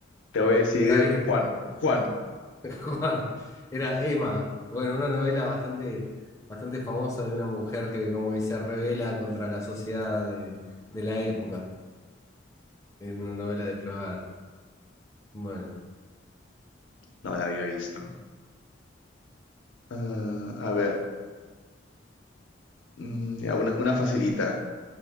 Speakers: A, on the left; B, on the left.
A: te voy a decir
B: Está bien.
A: Juan. Juan.
B: Juan, era Emma. Bueno, una novela bastante, bastante famosa de una mujer que como que se revela contra la sociedad de, de la época, en una novela de Flaubert. Bueno,
A: No la había visto. Ah, a ver, mm, ya, una, una facilita.